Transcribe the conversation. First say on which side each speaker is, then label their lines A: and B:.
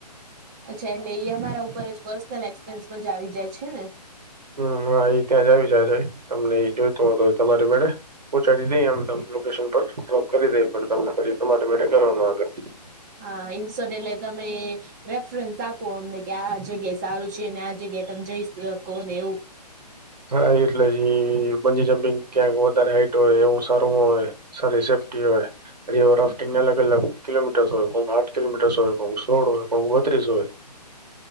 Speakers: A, on the right; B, on the right.
A: અચ્છા એટલે અમારા ઉપર જ પર્સનલ એક્સપિરયન્સમાં જ આવી જાય છે ને?
B: હમ હા એ ત્યાં જ આવી જજ તમને એ જોઈતો હો તો તમારી મેળે. પહોચાડી દઈએ અમે તમને લોકેશન પર ડ્રોપ કરી દઈએ પડ તમને પછી તમારા મેળે કરવાનું આગળ.
A: હા ઇન્સોડલે તમે રેફરન્સ આપો અમને કે આ જગ્યાએ સારું છે અને આ જગ્યાએ તમે જઈ શકો ને એવું
B: હા એટલે જી બંજી જમ્પિંગ ક્યાંક વધારે હાઈટ હોય એવું સારું હોય સોરી સેફ્ટી હોય રિવર રાફ્ટિંગને અલગ અલગ કિલોમીટર્સ હોય કોક આઠ કિલોમીટર્સ હોય કોક સોળ હોય કોક બત્રીસ હોય. <inaudible>